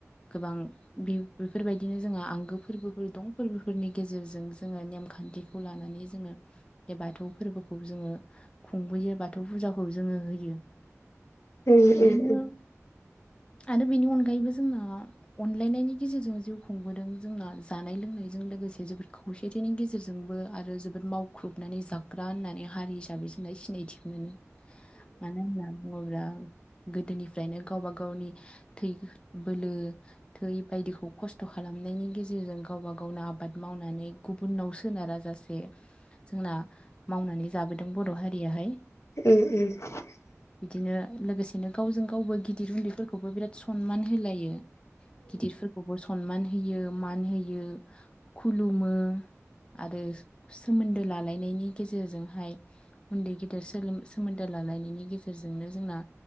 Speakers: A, on the left; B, on the left.
A: गोबां बेफोरबायदिनो जोंहा आंगो फोरबोफोर दं फोरबोफोरनि गेजेरजों जोङा नेमखान्थिखौ लानानै जोङो बे बाथौ फोर्बोखौ जोङो खुंबोयो बाथौ फुजाखौ जोङो होयो।
B: उह-उह-उह
A: बिदिनो आरो बेनि अनगायैबो जोंङा अनलायनायनि गेजेरजों जिउ खुंबोदों जोंना जानाय लोंनाय बेजों लोगोसे जोबोद खौसेथिनि गेजेरजोंबो आरो जोबोद मावख्रुबनानै जाग्रा होननानै हारि हिसाबै सिनायथिखौ मोनो होनना बुंङोब्ला गोदोनिफ्रायनो गावबा गावनि थै बोलो थै बायदिखौ खस्थ' खालामनायनि गेजेरजों गावबा गावनो आबाद मावनानै गुबुननाव सोनाराजासे जोंना मावनानै जाबोदों बर' हारियाहाय।
B: उम उम।
A: बिदिनो लोगोसेनो गावजों गावबो गिदिर उन्दैफोरखौबो बिराद सनमान होलायो। गिदिरफोरखौबो सनमान होयो मान होयो खुलुमो। आरो सोमोन्दो लालायनायनि गेजेरजोंहाय उन्दै गेदेर सोलोम सोमोन्दो लालायनायनि गेजेरजोंनो जोंना